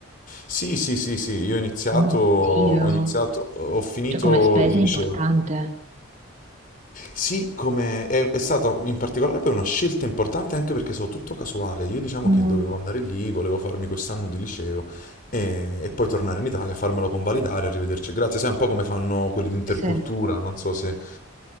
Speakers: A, on the left (about 40°); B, on the right (about 35°).
A: Sì, sì, sì, sì, io ho iniziato,
B: Oh mio
A: ho
B: Dio.
A: iniziato, ho finito
B: Cioè come spesa
A: il
B: è
A: liceo.
B: importante.
A: Sì, come è, è stata in particolare poi una scelta importante anche perché so tutto casuale. Io diciamo
B: Mm.
A: che dovevo andare lì, volevo farmi quest'anno di liceo e, e poi tornare in Italia, farmelo convalidare, arrivederci, e grazie. Sai un po' come fanno quelli di intercultura,
B: Sì, sì.
A: non so se,